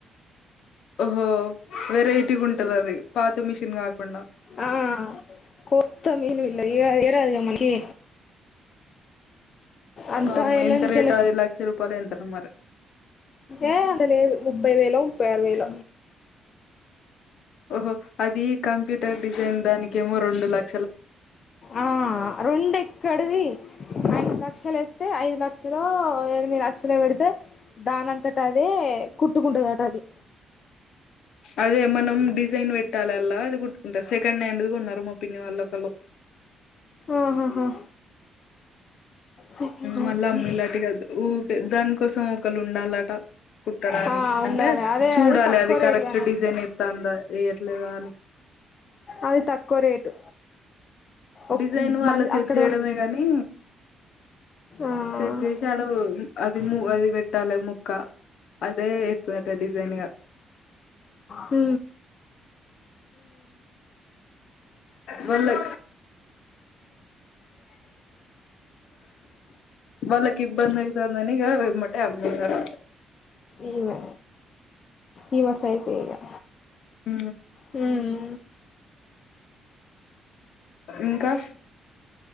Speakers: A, on the left; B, on the left.
A: ఓహో వెరైటీగా ఉంటది అది పాత మిషన్ కాకుండా
B: ఆ కొత్త మీను ఇలది ఏరాదు కమ్ మనకి అంతా
A: వామ్మో
B: ఎళ్ళ
A: ఎంత
B: నుంచి
A: రేట్
B: ఎళ్ళ
A: అది లక్ష రూపాయలు ఎంత మరి
B: ఏ అంతా లేదు ముప్పై వేల ముప్పై ఆరు వేల
A: ఓహో అది కంప్యూటర్ డిజైన్ దానికిమో రెండు లక్ష
B: ఆ రెండు ఎక్కడిది ఐదు లక్షలు ఎస్తతే ఐదు లక్షలు ఎనిమిది లక్షలో పెడితే దానంతట అదే కుట్టుకుంటుదట అది
A: అదే మనం డిజైన్ పెట్టాలిలా అది కుట్టుంటారు సెకండ్ హ్యాండ్ కొన్నారు మా పిన్ని వాళ్ళు ఒక్కలు
B: ఆహాహా సెకండ్ హ్యాండ్
A: మళ్ళీ అమ్మీ ఇలాంటిగా ఊకే దానికోసం ఒకళు ఉండాలట కుట్టడానికి
B: ఆ ఉండాలి
A: అంటే
B: అదే
A: చూడాలి
B: తక్కువ
A: అది కరెక్ట్
B: రేటుది అన్నట్టు
A: డిజైన్ ఎస్తందా వేయట్లేదా అని
B: అది తక్కువ రేటు ఒక్
A: డిజైన్ వాళ్ళ
B: మన
A: సెట్
B: అక్కడ
A: చేయడమే గాని
B: ఆ
A: స్డ్ చేేసి ఆడ అది ము అది వెట్టాల ముక్కా అదే ఎతుదటా డిజైన్గా
B: ఉ
A: వాలో వాళ్లకి ఇబ్బంది అయితాదీ అన్ని ఇగా మ ఆమేసారు
B: ఈమె ఈమె సైజ్ ఇగా
A: ఉ
B: ఉ
A: ఇంకా